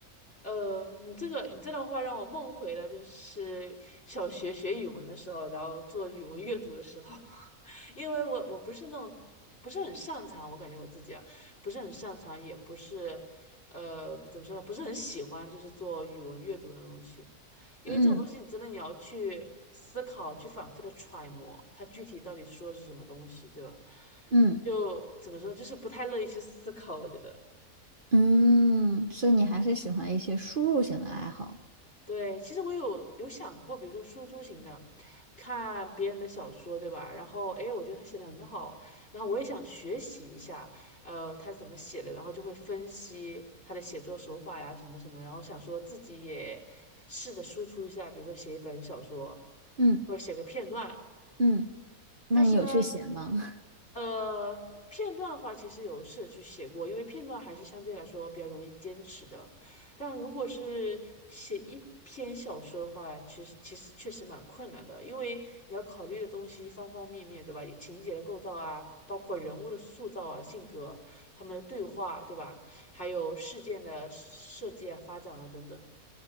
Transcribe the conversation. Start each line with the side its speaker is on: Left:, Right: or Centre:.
Left: 呃，你这个你这段话让我梦回了，就是小学学语文的时候，然后做语文阅读的时候，<laughs> 因为我我不是那种不是很擅长，我感觉我自己啊不是很擅长，也不是呃怎么说呢，不是很喜欢就是做语文阅读那种东西，因为这种东西你真的你要去思考，
Right: 嗯
Left: 去反复的揣摩它具体到底说的是什么东西，对吧？
Right: 嗯
Left: 就怎么说，就是不太乐意去思考，我觉得。
Right: 嗯，所以你还是喜欢一些输入型的爱好。
Left: 对，其实我有有想过，比如说输出型的，看别人的小说，对吧？然后，哎，我觉得他写的很好，然后我也想学习一下，呃，他是怎么写的，然后就会分析他的写作手法呀，什么什么，然后想说自己也试着输出一下，比如说写一本小说，
Right: 嗯
Left: 或者写个片段，
Right: 嗯，那你有去写吗？
Left: 但是呢，呃，片段的话，其实有试着去写过，因为片段还是相对来说比较容易坚持的。但如果是写一篇小说的话，其实其实确实蛮困难的，因为你要考虑的东西方方面面，对吧？情节的构造啊，包括人物的塑造啊、性格、他们的对话，对吧？还有事件的设计啊、发展啊等等，